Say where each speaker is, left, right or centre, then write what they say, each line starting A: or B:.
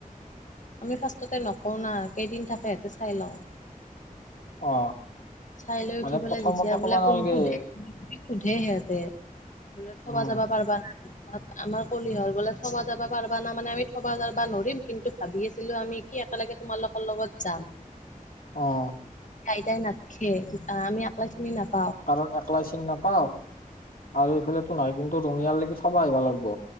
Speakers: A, on the left (about 60°); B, on the left (about 75°).
A: আমি ফাৰ্ষ্টতে নকওঁ না কেইদিন থাকেহেঁতে চাই লওঁ।
B: অ
A: চাই লৈ
B: মানে
A: উঠি পেলাই
B: প্ৰথমতে
A: যেতিয়া
B: ক'বা
A: বোলে
B: নালগে
A: কোন সোধে সোধে সিহঁতে। বোলে
B: উম
A: থবা যাবা পাৰবা নাই? তাত আমাৰ কলিহৰ বোলে থবা যাবা পাৰিবা না মানে আমি থবা যাবা নোৱাৰৰিম কিন্তু ভাবি আছিলো আমি কি একেলগে তোমালোকৰ লগত যাম।
B: আহ
A: আইতাই নাথখে আমি আকলা খিনি নথ
B: কাৰণ একলাই চিন নাপাওঁ আৰু এইফালে। নাই কিন্তু ৰঙিয়াল লৈকে থবাই আহিব লাগব।